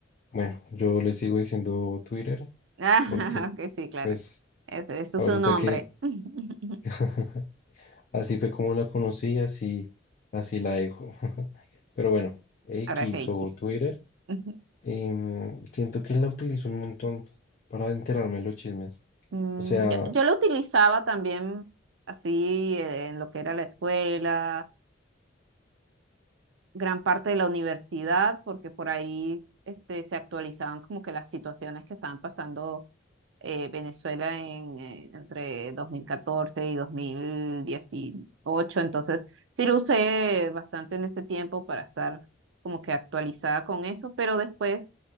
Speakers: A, on the left; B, on the right.
A: bueno, yo le sigo diciendo Twitter
B: Ah,
A: porque
B: <laughs> que sí, claro.
A: pues
B: Ese, ese
A: ahorita
B: es su nombre.
A: que
B: <laughs>
A: <laughs> así fue como la conocí, así, así la dejo. <laughs> Pero bueno, X
B: Ahora es X.
A: o Twitter,
B: <laughs>
A: em, siento que la utilizo un montón para enterarme de los chismes.
B: Mm,
A: O sea,
B: yo, yo lo utilizaba también así eh, en lo que era la escuela, gran parte de la universidad, porque por ahí este, se actualizaban como que las situaciones que estaban pasando eh, Venezuela en, eh, entre 2014 y dos mil dieciocho Entonces, sí lo usé bastante en ese tiempo para estar como que actualizada con eso, pero después